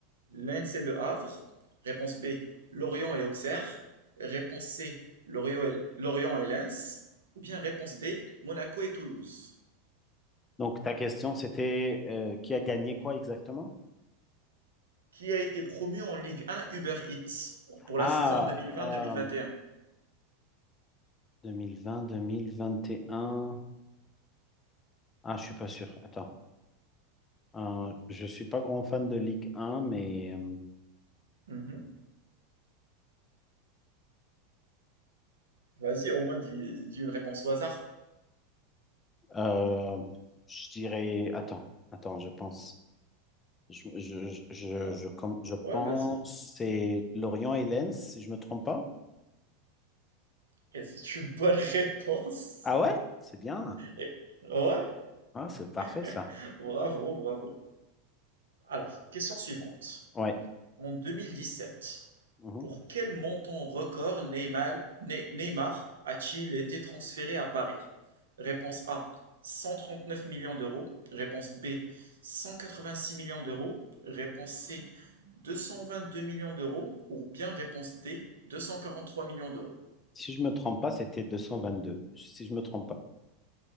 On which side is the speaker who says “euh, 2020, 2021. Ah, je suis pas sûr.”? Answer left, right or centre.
Left